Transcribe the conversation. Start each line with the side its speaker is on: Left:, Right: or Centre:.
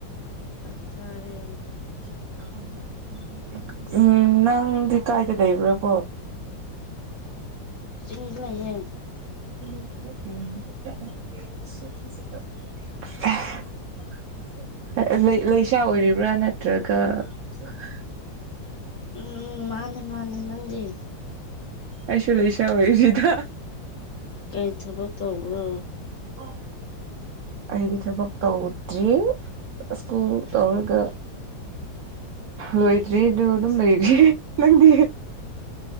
Left: ꯆꯥꯛꯆꯥꯔꯦ
Right: <inaudible> ꯎꯝ ꯅꯪꯗꯤ ꯀꯥꯏꯗ ꯂꯩꯕ꯭ꯔꯕꯣ
Left: ꯆꯁꯤꯡꯗ ꯂꯩꯌꯦ
Right: <unintelligible> ꯑ ꯑ ꯂꯩ ꯂꯩꯁꯥ ꯑꯣꯏꯔꯤꯕ꯭ꯔꯥ ꯅꯠꯇ꯭ꯔꯒ <inaudible>
Left: ꯎꯝ ꯃꯥꯅꯦ ꯃꯥꯅꯦ ꯅꯪꯗꯤ
Right: ꯑꯩꯁꯨ ꯂꯣꯏ ꯁꯧꯋꯦ ꯁꯤꯗ
Left: ꯀꯩ ꯊꯕꯛ ꯇꯧꯕ꯭ꯔꯣ
Right: ꯍ ꯑꯩꯗꯤ ꯊꯕꯛ ꯇꯧꯗ꯭ꯔꯤ ꯁ꯭ꯀꯨꯜ ꯇꯧꯔꯒ ꯂꯣꯏꯗ꯭ꯔꯦ ꯑꯗꯨ ꯑꯗꯨꯝ ꯂꯩꯔꯤ ꯅꯪꯗꯤ